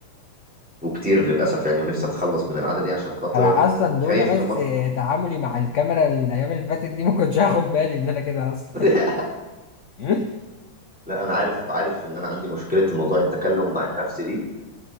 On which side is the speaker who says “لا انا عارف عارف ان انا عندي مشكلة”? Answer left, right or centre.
Centre